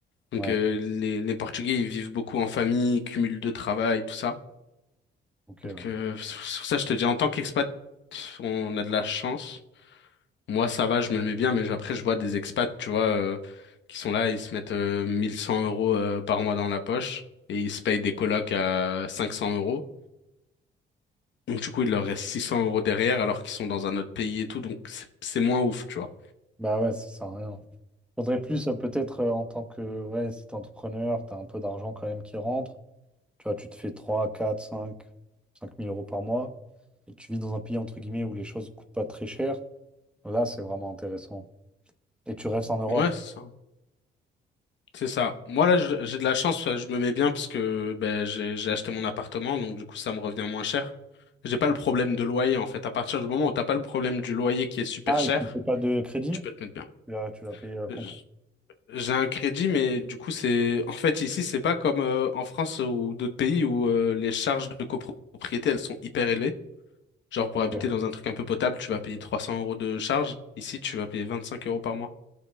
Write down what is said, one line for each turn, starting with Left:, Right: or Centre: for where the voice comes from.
Left: donc
Centre: Ouais,
Left: euh, les, les Portugais ils vivent beaucoup en famille, cumul de travail, tout ça.
Centre: ok.
Left: Donc
Centre: ouais.
Left: euh, sur sur ça je te dis, en tant qu'expat, on a de la chance. Moi, ça va, je me mets bien, mais après, je vois des expats, tu vois, euh, qui sont là, ils se mettent euh, 1100 euros euh, par mois dans la poche et ils se payent des colocs à 500 euros. Donc, du coup, il leur reste 600 euros derrière alors qu'ils sont dans un autre pays et tout, donc c'est c'est moins ouf, tu vois.
Centre: Bah ouais, ça sert à rien. Faudrait plus, euh, peut-être, euh, en tant que, ouais, si t'es entrepreneur, t'as un peu d'argent quand même qui rentre. Tu vois, tu te fais trois quatre cinq cinq mille euros par mois et tu vis dans un pays, entre guillemets, où les choses coûtent pas très cher. Là, c'est vraiment intéressant. Et tu restes en Europe.
Left: Ouais, c'est ça. C'est ça. Moi, là, je- j'ai de la chance, euh, je me mets bien parce que ben, j'ai j'ai acheté mon appartement, donc du coup, ça me revient moins cher. J'ai pas le problème de loyer, en fait. À partir du moment où t'as pas le problème du loyer qui est super
Centre: Ah,
Left: cher,
Centre: et tu ne payes pas de crédit?
Left: tu peux te mettre
Centre: Tu l'as tu l'as payé euh,
Left: bien.
Centre: comptant.
Left: J'ai un crédit, mais du coup, c'est en fait ici, c'est pas comme euh, en France ou d'autres pays où euh, les charges de copropriété elles sont hyper élevées. Genre
Centre: Ok,
Left: pour habiter dans un truc un peu potable, tu vas payer 300 euros de charges. Ici, tu vas payer 25 euros par mois.